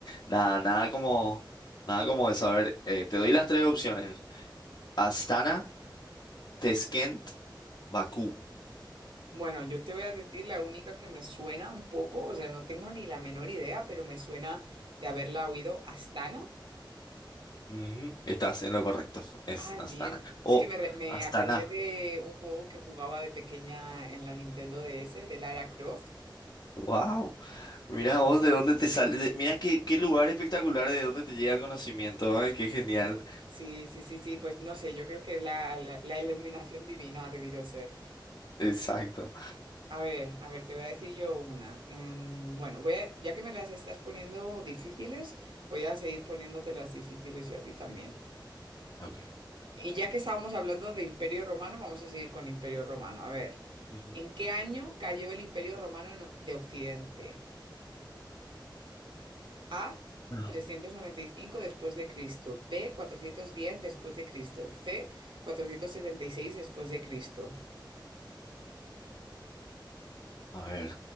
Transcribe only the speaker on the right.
Bueno, yo te voy a decir la única que me suena un poco, o sea, no tengo ni la menor idea, pero me suena de haberla oído Astana.
Ah,
bien.
Es que me, re- me
acordé de un juego que jugaba de pequeña en la Nintendo DS, de Lara Croft.
Sí, sí, sí, sí, pues no sé, yo creo que la, la, la iluminación divina ha debido ser.
A ver, a ver, te voy a decir yo una. Em, bueno, voy a- ya que me las estás poniendo difíciles, voy a seguir poniéndote las difíciles yo a ti también.
Y ya que estábamos hablando de Imperio Romano, vamos a seguir con Imperio Romano. A ver,
¿en qué año cayó el Imperio Romano en- de Occidente? A,
395 después de Cristo, B, 410 después de Cristo, C, 476 después de Cristo.